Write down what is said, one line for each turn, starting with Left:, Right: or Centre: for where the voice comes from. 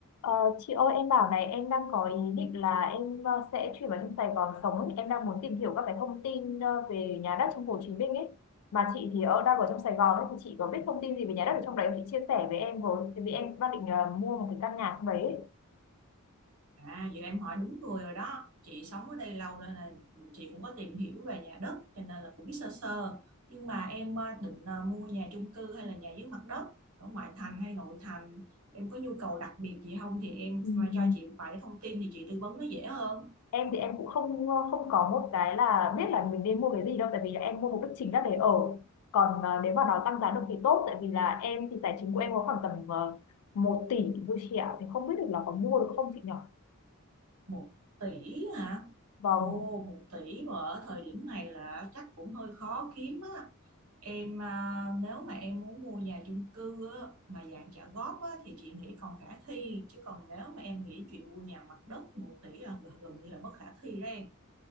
Left: Ờ, chị ơi em bảo này em đang có ý định là em ờ, sẽ chuyển vào trong Sài Gòn sống ấy. Em đang muốn tìm hiểu các cái thông tin ờ, về nhà đất trong Hồ Chí Minh ấy mà chị thì ở đang ở trong Sài Gòn ấy thì chị có biết thông tin gì về nhà đất ở trong đấy không chị chia sẻ với em với tại vì em đang định ờ, mua một cái căn nhà trong đấy ấy.
Right: À, vậy là em hỏi đúng người rồi đó. Chị sống ở đây lâu nên là chị cũng có tìm hiểu về nhà đất cho nên là cũng biết sơ sơ. Nhưng mà em à, định à, mua nhà chung cư hay là nhà dưới mặt đất ở ngoại thành hay nội thành? Em có nhu cầu đặc biệt gì không thì em
Left: Ừm,
Right: mà cho chị vài thông tin thì chị tư vấn nó dễ hơn.
Left: em thì em cũng không ờ, không có một cái là biết là mình nên mua cái gì đâu tại vì là em mua mục đích chính là để ở còn ờ, nếu mà nó tăng giá được thì tốt tại vì là em thì tài chính của em có khoảng tầm ờ, một tỷ vui chị ạ thì không biết được là có mua được không chị nhỉ
Right: Một tỷ hả?
Left: Vâng,
Right: Ồ, một tỷ mà ở thời điểm này là chắc cũng hơi khó kiếm á. Em à, nếu mà em muốn mua nhà chung cư á, mà dạng trả góp á, thì chị nghĩ còn khả thi chứ còn nếu mà em nghĩ chuyện mua nhà mặt đất thì một tỷ là gần gần như là bất khả thi đó em